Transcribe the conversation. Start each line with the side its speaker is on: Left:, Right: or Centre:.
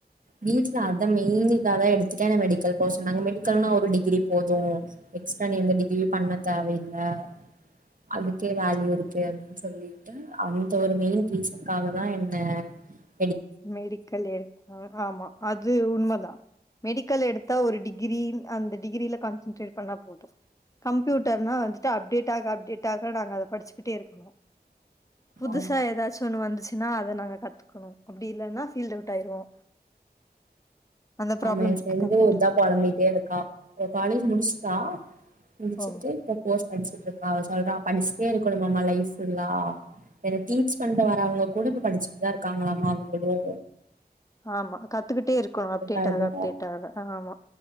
Right: வீட்ல அத மெயினிக்காதா எடுத் துதான் மெடிக்கல் போ சொன்னாங்க மெடிக்கல்னு ஒரு டிகிரி போதும் எக்ஸ்ட்ரா நீ எந்த டிகிரி பண்ண தேவையில்ல ஆ அதுக்கே வேல்யூ இருக்கு அப்டின்னு சொல்லிட்டு அந்த ஒரு மெயின் ரீஸன்காக தான் எனக் னே
Left: மெடிக்கல் எடுக்னு ஆமா அது உண்மதா மெடிக்கல் எடுத்தா ஒரு டிகிரி அந்த டிகிரில கான்சன்ட்ரேட் பண்ணா போதும் கம்ப்யூட்டர்னா வந்துட்டு அப்டேட் ஆக அப்டேட் ஆக நாங்க அத படிச்சுக்கிட்டே இருக்கணு புதுசா
Right: ஆமா
Left: ஏதாச்சும் ஒன்னு வந்துச்சுன்னா அதை நாங்க கத்துக்கணு அப்படி இல்லன்னா ஃபீல்டு அவுட் ஆயிருவோ அந்த ப்ராப்ளம்
Right: ஆமா என்
Left: இருக்கு
Right: ப்ரெண்டு
Left: கம்ப்யூட்டர்ல
Right: இத்தான் பொழம்பிட்டே இருக்கா அவ காலேஜ் முடிச் தான் முடிச்சுட்டு
Left: ஓ
Right: இப்ப கோர்ஸ் படிச்சுட்டு இருக்கா சொல்ற படிச்சுட்டே இருக்கணும்மாமா லைஃப் புல்லா என்ன டீச் பண்ணிட்டு வராங்வங்களா கூட இப்ப படிச்சுட்டு தான் இருக்காங்களாமா அவங்களோ
Left: ஆமா கத்துக்கிட்டே இருக்கணு அப்டேட்
Right: ஆயிருவோ
Left: ஆக அப்டேட் ஆக ஆமா